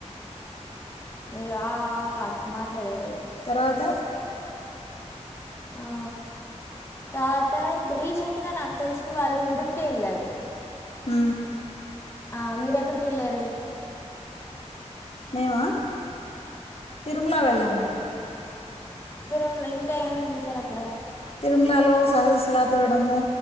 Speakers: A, on the left; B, on the left.
A: ఏ అ ఆ కాదు మాట్లాడేదోటి
B: తర్వాత
A: ఆ తావత ఇంకా రీసెంట్గా నాకు తెలిసిన వాళ్ళు ఉడిపేళ్ళారు
B: ఉ
A: ఆ మీరెక్కడికేళ్ళారు
B: మేమా తిరుమ్ల వెళ్ళాము
A: తిరుమల ఇంకా ఏమేమి చూసారక్కడ
B: తిరుమ్లలో సహశలాతోరణము